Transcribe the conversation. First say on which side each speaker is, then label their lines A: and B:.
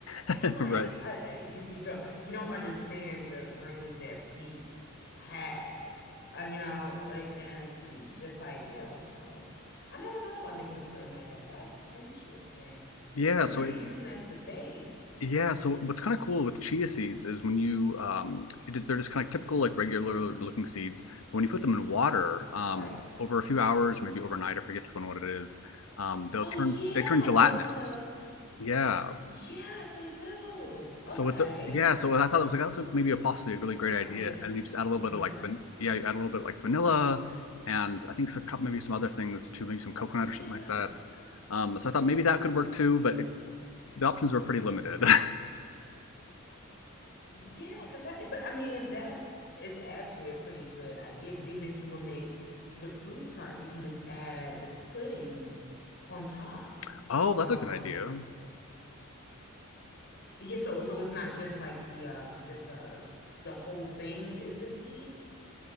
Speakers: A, on the left; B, on the left.
A: And
B: <laughs>
A: I'm like,
B: Right.
A: I, I you, you don't <laughs> you don't understand the range that beets have. Uh, you know, like and just like yeah, which oh, I never thought about making a pudding like that. That's interesting.
B: Yeah,
A: Because
B: so
A: what are you
B: it,
A: using as the base?
B: yeah, so what's kind of cool with chia seeds is when you um it, they're just kind of typical like regular looking seeds, but when you put them in water, um
A: Right.
B: over a few hours, maybe overnight, I forget which one what it is, um they'll
A: Oh
B: turn
A: yeah,
B: they turn gelatinous.
A: they kind of
B: Yeah.
A: yes, they do.
B: So
A: Okay,
B: it's a yeah, so I thought it was like that's a, maybe a possibly a really great
A: I'm
B: idea.
A: getting
B: And then you just add a little bit
A: there.
B: of like van yeah, you add a little bit like vanilla and I think some, cou- maybe some other things too, maybe some coconut
A: Yeah,
B: or something
A: yeah.
B: like that. Um, so I thought maybe that could work too, but it the options were pretty limited.
A: Yeah, because that, but I mean, that is actually a pretty good idea. Because even if you will make the fruit tart, you can just add the pudding on top.
B: <laughs> oh,
A: Um,
B: that's a good idea.
A: yeah, so so it's not just like the um just uh the whole thing is the seeds.